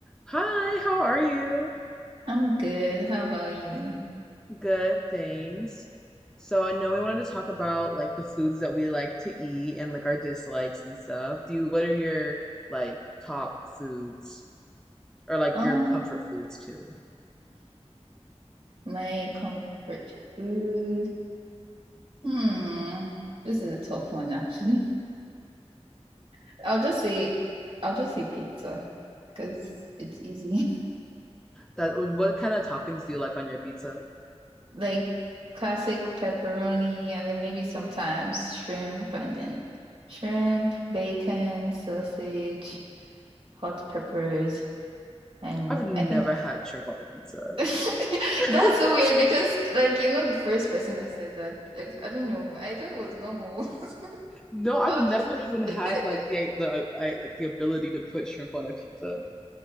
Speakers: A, in the centre; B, on the right.
A: Hi, how are you?
B: I'm good. How about you?
A: Good, thanks. So I know we wanted to talk about like the foods that we like to eat and like our dislikes and stuff. Do you, what are your like top foods or like
B: Um,
A: your comfort foods too?
B: my comfort food. Hmm. This is a tough one, actually. <laughs> I'll just say, I'll just say pizza because it's easy. <laughs>
A: That what kind of toppings do you like on your pizza?
B: Like classic pepperoni, and then maybe sometimes shrimp, and then shrimp, bacon, sausage, hot peppers, and
A: I've never
B: I think
A: had shrimp on a pizza.
B: <laughs> that's
A: <laughs>
B: so weird because, like, you're not the first person that said that. Like, I don't know. I thought it was normal. <laughs>
A: No, I've
B: I
A: never
B: was just
A: even had like
B: <laughs>
A: the the I, like the ability to put shrimp on a pizza.